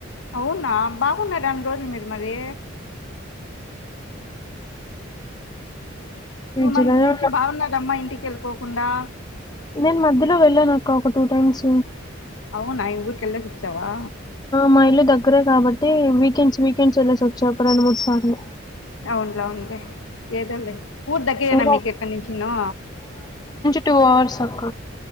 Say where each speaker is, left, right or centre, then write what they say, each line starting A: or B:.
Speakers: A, on the left; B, on the left.
A: అవునా బాగున్నారే అన్ని రోజులు మీరు మరి
B: పీజీలోనే
A: టూ మంత్స్ నుంచి
B: ఉన్నా.
A: బాగున్నారమ్మా ఇంటికి వెళ్ళిపోకుండా
B: నేను మధ్యలో వెళ్ళాను అక్క ఒక టూ టైమ్స్
A: అవునా ఈ ఊరికి వెళ్ళేసి వచ్చావా
B: మా ఇల్లు దగ్గరే కాబ అంటే వీకెండ్స్ వీకెండ్స్ వెళ్లేసి వచ్చాయి ఒక రెండు మూడు సార్లు
A: అవునులే అవునులే ఏదోలో ఊరు దగ్గరేనా
B: ఇంకో
A: మీకుక్కడి నుంచి ను
B: టు అవర్స్ అక్క